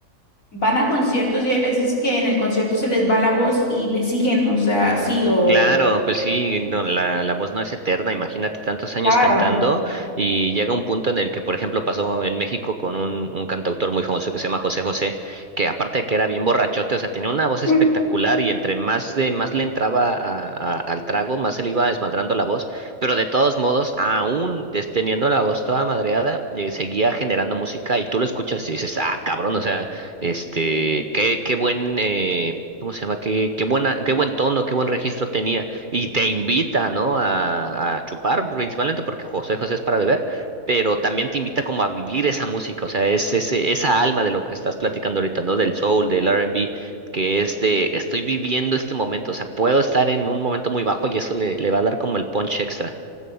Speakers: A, on the left; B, on the right.
A: van a conciertos y hay veces que en el concierto se les va la voz y le siguen, o sea, sí, o...
B: Claro, pues sí, no, la, la voz no es eterna, imagínate tantos
A: Claro.
B: años cantando y llega un punto en el que, por ejemplo, pasó en México con un, un cantautor muy famoso que se llama José José, que aparte de que era bien borrachote, o sea, tenía una voz
A: <laughs>
B: espectacular y entre más, de, más le entraba a- a- al trago, más se le iba desmadrando la voz, pero de todos modos, aún des- teniendo la voz toda madreada, eh, seguía generando música y tú lo escuchas y dices, ah, cabrón, o sea, este, qué, qué buen... eh, ¿Cómo se llama? Qué, qué buena, qué buen tono, qué buen registro tenía. Y te invita, ¿no? A, a chupar, principalmente porque José José es para beber, pero también te invita como a vivir esa música, o sea, es ese, esa alma de lo que estás platicando ahorita, ¿no? Del soul, del R&B, que es de, estoy viviendo este momento, o sea, puedo estar en un momento muy bajo y eso le, le va a dar como el punch extra.